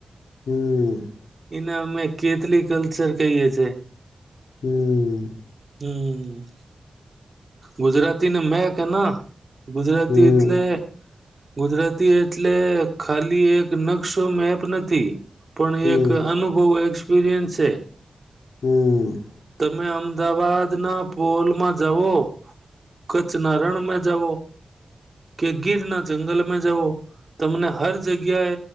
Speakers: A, on the left (about 90°); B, on the right (about 40°).
A: હમ
B: એના અમે કેટલી કલચર કહીએ છે
A: હમ
B: હમ ગુજરાતીને મેક હે નક ગુજરાતી
A: હમ
B: એટલે
A: હમ હમ હમ હમ
B: ગુજરાતી એટલે ખાલી એક નકશો મેપ નથી પણ એક
A: હમ
B: અનુભવ એક્સપેરિએન્સ છે
A: હમ
B: તમે અમદાવાદ ના પોલમાં જઓ કચ્છના રણમાં જઓ કે ગીર ના જંગલમાં જઓ તમને હર જગ્યા